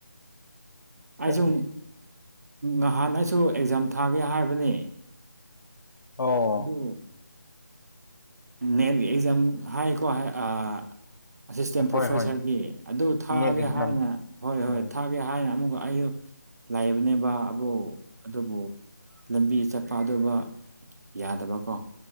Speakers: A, on the right; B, on the left.
A: ꯑꯩꯁꯨ
B: ꯍꯣꯏꯅꯦ
A: ꯅꯍꯥꯟ ꯑꯩꯁꯨ ꯑꯦꯛꯖꯥꯝ ꯊꯥꯒꯦ ꯍꯥꯏꯕꯅꯤ
B: ꯑꯣ
A: ꯑꯗꯨ ꯅꯦꯠ ꯑꯦꯛꯖꯥꯝ ꯍꯥꯏ ꯀꯣ ꯍꯥꯏ ꯑ ꯑꯁꯤꯁꯇꯦꯟ
B: ꯍꯣꯏ
A: ꯄ꯭ꯔꯣꯐꯦꯁꯔꯒꯤ
B: ꯍꯣꯏ
A: ꯑꯗꯨ ꯊꯥꯒꯦ
B: ꯅꯦꯠ ꯑꯦꯛꯖꯥꯝ
A: ꯍꯥꯏꯅ ꯍꯣꯏ ꯍꯣꯏ
B: ꯎꯝ
A: ꯊꯥꯒꯦ ꯍꯥꯏꯅ ꯑꯃꯨꯛꯒ ꯑꯩꯗꯣ ꯂꯥꯢꯕꯅꯦꯕ ꯑꯕꯨ ꯑꯗꯨꯕꯨ ꯂꯝꯕꯤ ꯆꯠꯄꯥ ꯑꯗꯨꯕ ꯌꯥꯗꯕꯀꯣ